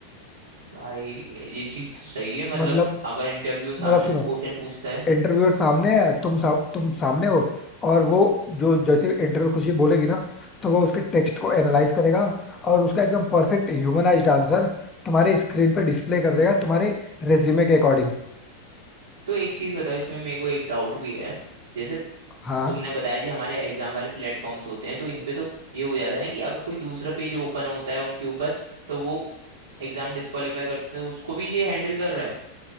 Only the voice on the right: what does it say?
भाई ये चीज तो सही है मतलब
अगर इंटरव्यू सामने
से क्वेश्चन पूछता है
तो एक चीज बताओ इसमें मेरे को एक डाउट भी है जैसे
तुमने बताया जी हमारे एग्जाम वाले प्लेटफॉर्म्स होते हैं तो इन पे तो ये हो जाता है ना कि अगर कोई दूसरा पेज ओपन होता है उनके ऊपर तो वो एग्जाम डिस्क्वालीफाई करते हैं तो उसको भी ये हैंडल कर रहा है